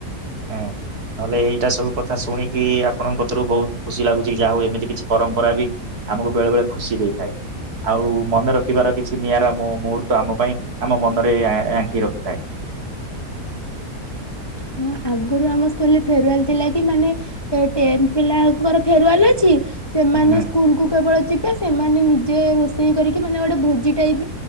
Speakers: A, on the right; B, on the left.
A: ଉ ନହେଲେ ଏଇଟା ସବୁ କଥା ଶୁଣିକି ଆପଣଙ୍କରୁ ବହୁତ ଖୁସି ଲାଗୁଛି ଯାହା ହଉ ଏମିତି କିଛି ପରମ୍ପରା ବି ଆମକୁ ବେଳେ ବେଳେ ଖୁସି ଦେଇଥାଏ। ଆଉ ମନେ ରଖିବାର କିଛି ନିଆରା ମୋ ମୁହୂର୍ତ୍ତ ତ ଆମ ପାଇଁ ଆମ ମନରେ ଆଙ୍କି ରଖିଥାଏ।
B: ହଁ ଆଗରୁ ଆମ ସ୍କୁଲରେ ଫେରୁୱେଲ ଥିଲା କି ମାନେ ଟେନ୍ଥ ପିଲାଙ୍କର ଫେରୁୱେଲ ଅଛି। ସେମାନେ
A: ହୁଁ
B: ସ୍କୁଲ କୁ କେବଳ ଯିବେ ସେମାନେ ନିଜେ ରୋଷେଇ କରିକି ମାନେ ଗୋଟେ ଭୋଜି ଟାଇପ